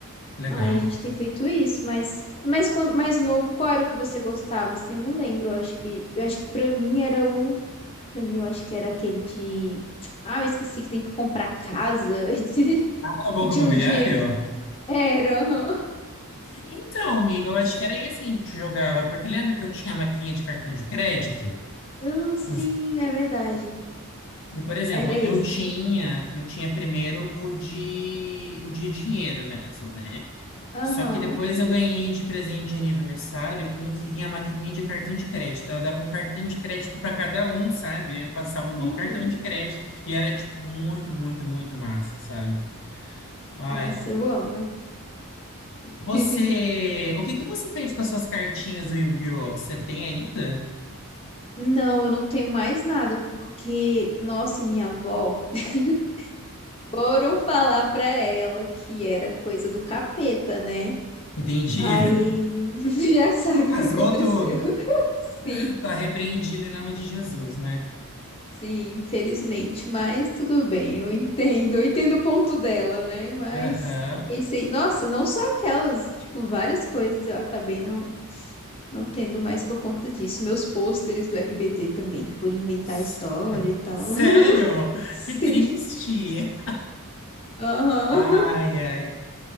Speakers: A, on the left (about 60°); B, on the left (about 25°).
A: que legal.
B: Aí a gente tem feito isso, mas mas quan- mais novo, qual era o que você gostava? Assim, eu não lembro. Eu acho que eu acho que para mim era o para mim eu acho que era aquele de ah, eu esqueci que tem que comprar casa, <laughs>
A: Ah, o Banco
B: que tinha
A: Imobiliário?
B: uns dinheirinhos. Era, aham.
A: Então, amigo, eu acho que era esse que a gente jogava, porque lembra que eu tinha a maquininha de cartão de crédito?
B: Ah, sim,
A: Não sei.
B: é verdade.
A: E, por exemplo,
B: Era esse.
A: eu tinha, eu tinha primeiro o de, o de dinheiro mesmo, né?
B: Aham.
A: Só que depois eu ganhei de presente de aniversário um que vinha a maquininha de cartão de crédito. Eu dava um cartão de crédito para cada um, sabe? Eu passava no
B: Uhum.
A: cartão de crédito e era, tipo, muito, muito, muito massa, sabe? Ai,
B: Nossa, eu amo. <laughs>
A: Você, o que que você fez com as suas cartinhas do Yu-Gi-Oh? Você tem ainda?
B: Não, eu não tenho mais nada, porque, nossa, minha avó, <laughs> foram falar pra ela que era coisa do capeta, né?
A: Entendi.
B: Aí,
A: <laughs>
B: <laughs> já sabe
A: Rasgou
B: o que aconteceu.
A: tudo.
B: <laughs> Sim.
A: Tá repreendido em nome de Jesus, né?
B: Sim, infelizmente, mas tudo bem, eu entendo, eu entendo o ponto dela, né? Mas
A: Aham.
B: fiquei sem. Nossa, não só aquelas, tipo, várias coisas eu acabei não, não tendo mais por conta disso. Meus pôsteres do RBD também, que foram inventar
A: S-
B: história e tal.
A: Sério?
B: <laughs> Sim,
A: Que triste.
B: aham.
A: Ai, ai.